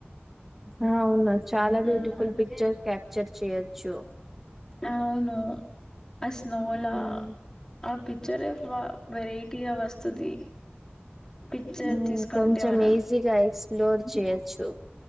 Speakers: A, in the centre; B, on the left (about 15°).
A: ఆ అవును చాలా బ్యూటిఫుల్
B: ఉమ్
A: పిక్చర్ క్యాప్చర్ చేయొచ్చు.
B: అవును అ స్నోలా
A: ఉమ్,
B: ఆ పిచ్చరే వ వెరైటీగా వస్తది పిక్చర్
A: మ్మ్ఁ
B: తీసుకుంటే
A: కొంచెం
B: మనం
A: ఈజీగా ఎక్స్ప్లోర్ తిగోడు చేయొచ్చు